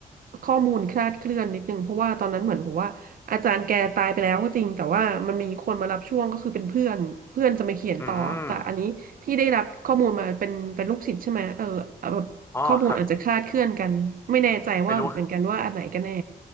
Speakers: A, on the right (about 75°); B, on the left (about 15°).
A: ข้อมูลคลาดเคลื่อนนิดนึงเพราะว่าตอนนั้นเหมือนผมว่าอาจารย์แกตายไปแล้วก็จริงแต่ว่ามันมีคนมารับช่วงก็คือเป็นเพื่อนเพื่อนจะมาเขียนต่อแต่อันนี้ที่ได้รับข้อมูลมาเป็นเป็นลูกศิษย์ใช่ไหมเออแบบข้อมูลอาจจะคลาดเคลื่อนกันไม่แน่ใจว่าเหมือนกันว่าอันไหนกันแน่
B: อืม อ๋อครับไม่รู้